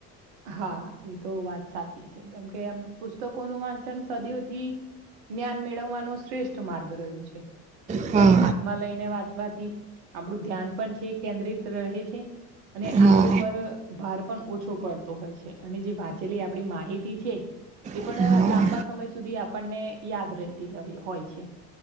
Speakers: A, on the right; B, on the right.
A: હા એ તો વાત સાચી છે કેમ કે એમ પુસ્તકોનું વાંચન સદીઓથી જ્ઞાન મેળવવાનો શ્રેષ્ઠ માર્ગ રહ્યું છે. પુસ્તક
B: હા
A: હાથમાં લઈને વાંચવાથી આપડું ધ્યાન પણ છે કેન્દ્રિત રહે છે. અને
B: હા
A: આંખો પર ભાર પણ ઓછો પડતો જે વાંચેલી આપ માહિતી છે એ
B: હા
A: પણ લાંબા સમય સુધી આપણને યાદ રહેતી હોય છે.